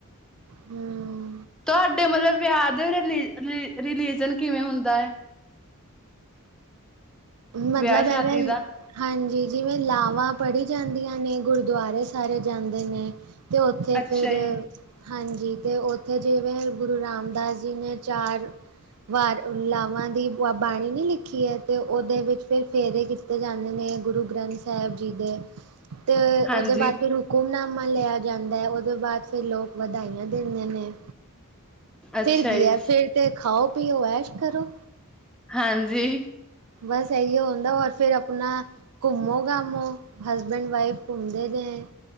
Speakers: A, on the right; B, in the centre.
A: ਹੂੰ।
B: ਤੁਹਾਡੇ ਮਤਲਬ ਵਿਆਹ ਦੇ ਰਿਲੀਜਨ ਕਿਵੇਂ ਹੁੰਦੈ।
A: ਮਤਲਬ
B: ਵਿਆਹ ਸ਼ਾਦੀ
A: ਐਵੇਂ
B: ਦਾ।
A: ਹਾਂਜੀ, ਜਿਵੇਂ ਲਾਵਾਂ ਪੜ੍ਹੀ ਜਾਂਦੀਆਂ ਨੇ ਗੁਰਦੁਆਰੇ ਸਾਰੇ ਜਾਂਦੇ ਨੇ। ਤੇ ਉੱਥੇ
B: ਅੱਛਾ
A: ਫਿਰ
B: ਜੀ।
A: ਹਾਂਜੀ, ਤੇ ਉੱਥੇ ਜਿਵੇਂ ਗੁਰੂ ਰਾਮਦਾਸ ਜੀ ਨੇ ਚਾਰ ਵਾਰ ਲਾਵਾਂ ਦੀ ਬਾਣੀ ਨੀ ਲਿਖੀ ਏ ਤੇ ਉਹਦੇ ਵਿੱਚ ਫਿਰ ਫੇਰੇ ਕੀਤੇ ਜਾਂਦੇ ਨੇ, ਗੁਰੂ ਗ੍ਰੰਥ ਸਾਹਿਬ ਜੀ ਦੇ। ਤੇ ਉਹਦੇ
B: ਹਾਂਜੀ,
A: ਬਾਅਦ ਫਿਰ ਹੁਕਮਨਾਮਾ ਲਿਆ ਜਾਂਦਾ ਹੈ, ਉਹਦੇ ਬਾਅਦ ਫਿਰ ਲੋਕ ਵਧਾਈਆਂ ਦਿੰਦੇ ਨੇ।
B: ਅੱਛਾ
A: ਫਿਰ ਕੀ
B: ਜੀ,
A: ਹੈ ਫਿਰ ਤੇ ਖਾਓ ਪੀਓ ਐਸ਼ ਕਰੋ।
B: ਹਾਂਜੀ।
A: ਬਸ ਇਹੀ ਹੁੰਦਾ ਔਰ ਫਿਰ ਆਪਣਾ। ਘੁੰਮੋ ਘਾਮੋ ਹਸਬੈਂਡ ਵਾਈਫ ਘੁੰਮਦੇ ਨੇ।